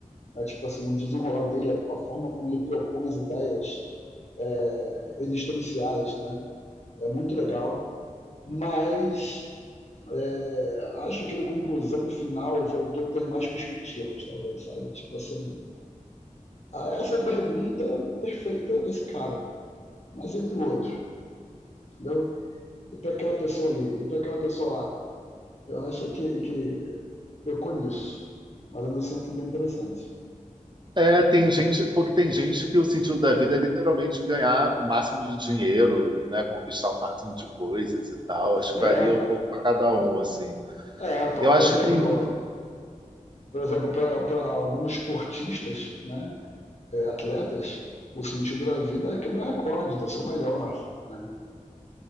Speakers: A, on the left (about 55°); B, on the right (about 35°).
A: Né? Tipo assim, o desenrolar dele, a, a forma como ele propõe as ideias é, existenciais, né? É muito legal. mas é, acho que na conclusão final faltou ter mais perspectivas, talvez, sabe? Tipo assim, ah, essa pergunta perfeita esse cara, mas e pro outro, entendeu? E para aquela pessoa ali, e para aquela pessoa lá. Eu acho que, que pecou nisso, mas ainda assim foi bem interessante.
B: É, tem gente, porque tem gente que o sentido da vida é literalmente ganhar o máximo de dinheiro, né? Conquistar o máximo de coisas e tal. Acho
A: É,
B: que varia um pouco para cada um, assim.
A: é por
B: Eu acho
A: por exemplo,
B: que tem...
A: por exemplo, para alguns esportistas, né, é, atletas, o sentido da vida é quebrar recordes, é ser o melhor, né?